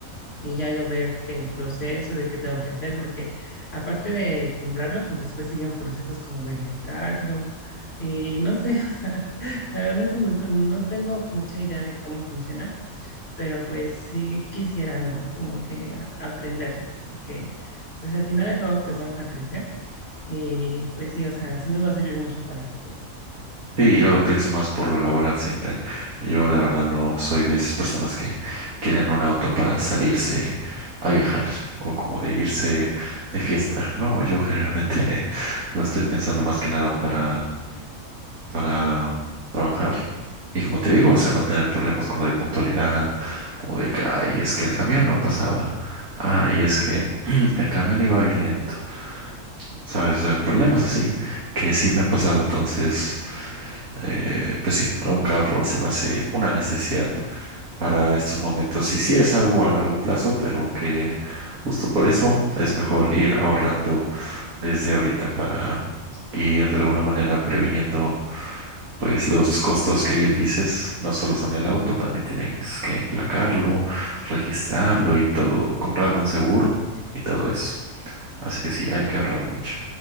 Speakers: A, on the left; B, on the right.
A: Y ya yo ver que el proceso de qué tengo que hacer, porque aparte de comprarlo, pues después siguen procesos como verificarlo. Y no sé, <laughs> o sea, la verdad estoy muy con- no tengo mucha idea de cómo funciona pero pues sí quisiera, ¿no? Como que a- aprenderlo, porque pues al final y al cabo pues vamos a crecer y pues sí, o sea, sí nos va a servir mucho para el futuro.
B: Sí, yo lo pienso más por lo laboral siempre. Yo la verdad no soy de esas personas que quieren un auto para salirse a viajar o como de irse de fiesta. No, yo generalmente <laughs> lo estoy pensando más que nada para para trabajar. Y como te digo, o sea, no tener problemas como de puntualidad, como de que, ay, es que el camión no pasaba, ay, es que <clears throat> el camión iba bien lento, ¿sabes? Eh, Problemas así que sí me ha pasado. Entonces, eh, pues sí, un carro se me hace una necesidad para estos momentos. Y sí es algo a largo plazo, pero que justo por eso es mejor ir ahorrando desde ahorita para ir de alguna manera previniendo pues los costos que bien dices, no solo son el auto, también tienes que emplacarlo, registrarlo y todo, comprarle un seguro y todo eso. Así que sí, hay que ahorrar mucho.